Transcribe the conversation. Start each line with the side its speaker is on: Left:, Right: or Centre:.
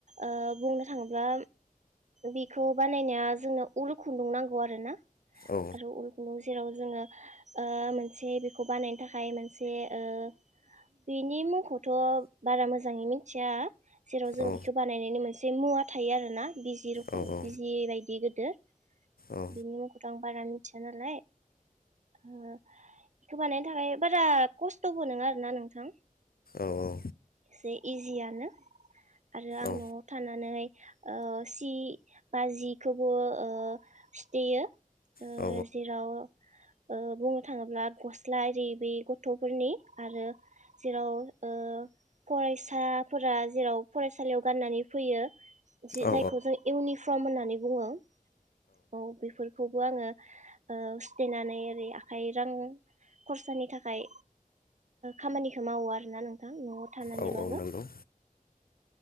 Right: ओ बुंनो थाङोब्ला बेखौ बानायनाया जोंनो उलु खुन्दुं नांगौ आर ना
Left: औ
Right: आरो उल खुन्दुं जेराव जोङो ओ मोनसे बेखौ बानायनो थाखाय मोनसे ओ बेनि मुंखौथ' बारा मोजाङै मिथिया जेराव जों
Left: औ
Right: बेखौ बानायनायनि मोनसे मुवा थायो आरो ना। बिजि रखम
Left: औ औ
Right: बिजि बायदि गोद
Left: औ
Right: <unintelligible> बिनि मुंखौथ आं बारा मिथिया नालाय ओ बेखौ बानायनो थाखाय बारा खस्थ'बो नङा आरोना नोंथां।
Left: औ औ।
Right: से इजियानो आरो आं
Left: औ
Right: न'आव थानानै ओ सि बा जिखौबो ओ सुथेयो। ओ
Left: औ
Right: जेराव ओ बुंनो थाङोब्ला गस्ला इरि बे गथ'फोरनि आरो जेराव ओ फरायसाफोरा जेराव फरायसालियाव गाननानै फैयो। जे
Left: औ
Right: जायखौ जों इउनि फम होननानै बुङो। औ बेफोरखौ आङो ओ सुथेनानै ओरै आखाइ रां खरसानि थाखाय खामानिखौ मावो आरोना नोंथां न'आव थानानैबाबो।
Left: औ औ नंगौ